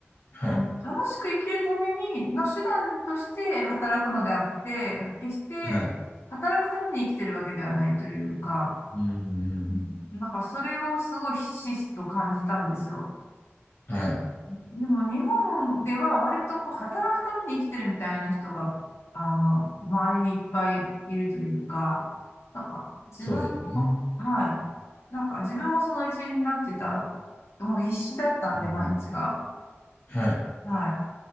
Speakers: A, on the left; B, on the left.
A: はい。
B: あの、楽しく生きるためにの手段として働くのであって、決して働くために生きてるわけではないというか、
A: はい。うん。
B: うんなんかそれをすごいひしひしと感じたんですよ。
A: はい。
B: でも日本では割とこう働くために生きてるみたいな人が、あの、周りにいっぱいいるというか、なんか自分も、
A: そうですね。
B: はい。なんか自分もその一員になってた、もう必死だったんで、
A: うん。
B: 毎日が。
A: はい。
B: は